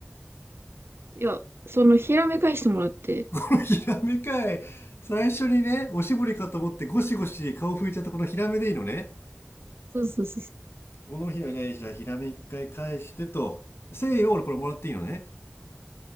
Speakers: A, on the right; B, on the left.
A: いや、その、ひらめ返してもらって。
B: <laughs> このヒラメかい。最初にね、おしぼりかと思ってゴシゴシ顔拭いちゃったこのヒラメでいいのね。
A: そうそうそう
B: このヒラメ、じゃあヒラメ一回返してと。1000円を俺これもらっていいのね。